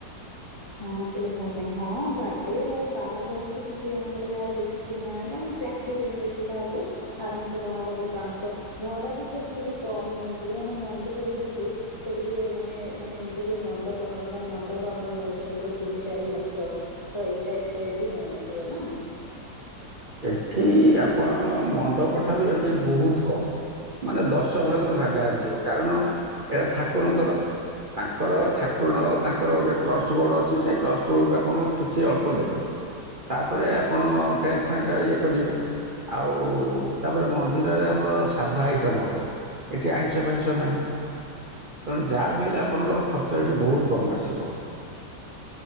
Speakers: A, on the left; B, on the right.
A: ପାଶହ ଲୋକଙ୍କ ପାଇଁ ହଁ ବାର୍ଡେ ଆଉ ବାହାଘରରେ ବି କିଛି ଜଣଙ୍କର ଯାହାର ବେଶୀ ଚିହ୍ନା ମାନେ ଟା କିବେନି ବେଶୀ କାହାକୁ ଆରାମସେ ବାହାଘରର ପାଞ୍ଚଶହ ଭଡା ବି ସେଠ ଟିକେ କମ ନଉଥିବେ କାହିଁକିନା ମନ୍ଦିର ଯେହେତୁ ସେ ଟିକେ ମାନେ ମାନେ ଏମତି ଯୋଉ ମଣ୍ଡପ ନର୍ମାଲ ମଣ୍ଡପ ଆମର ନଉ। <unintelligible> ପୁର ତିନି ଚାରି ଲକ୍ଷ ତ ଏଇଟା ଏତେ ବି ନଉନଥିବ ନା।
B: ଏଠି ଆପଣ ମଣ୍ଡପ ଠାରୁ ଏଠି ବହୁତ କମ୍ ମାନେ ଦଶ ଭାଗରୁ ଭାଗେ ଆସିଯିବ କାରଣ ଏଇଟା ଠାକୁରଙ୍କର। ତାଙ୍କର ଠାକୁରଣ ତାଙ୍କର ଗୋଟେ ଟ୍ରଷ୍ଟ ବୋର୍ଡ ଅଛି ସେ ଟ୍ରଷ୍ଟ ବୋର୍ଡ କୁ ଆପଣ କିଛି ଅଳ୍ପ ଦେବେ। ତାପରେ ଆପଣ ଟେଣ୍ଟ ଫେଣ୍ଟ ଇଏ କରିବେ। ଆଉ ତାପରେ ମନ୍ଦିରରେ ଆମର ସାଧା ଆଇଟମ ହବ। ଏଠି ଆଇଁଷ ଫାଇଁସ ନାହିଁ। ତେଣୁ ଯାହା ବି ହେଲେ ଆପଣଙ୍କର ଖର୍ଚ୍ଚ ଏଠି ବହୁତ କମ୍ ଆସିବ।